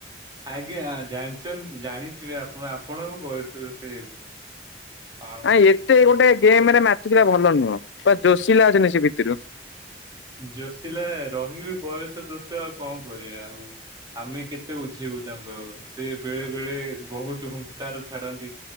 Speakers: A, on the right; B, on the left.
A: ଆଜ୍ଞା ଜାଣି ଜାଣିଥିବେ ଆପଣ ଆପଣଙ୍କ ବୟସରେ ସେ ଆଉ
B: ଆ ଏତେ ଗୋଟେ ଗେମ୍ ରେ ମାତୁଥିଲା ଭଲ ନୁହଁ ପୁର ଜୋସିଲା ଅଛନ୍ତିନ ସେ ଭିତରୁ
A: ଜୋଷିଲା ରହିବେ ବୟସ ଦୋଷ ଆଉ କଣ କରିବା ଆଉ। ଆମେ କେତେ ଉୁଝିବୁ ତାଙ୍କୁ ଆଉ ସେ ବେଳେ ବେଳେ ବହୁତ ହୁଙ୍କାର ଛାଡନ୍ତି।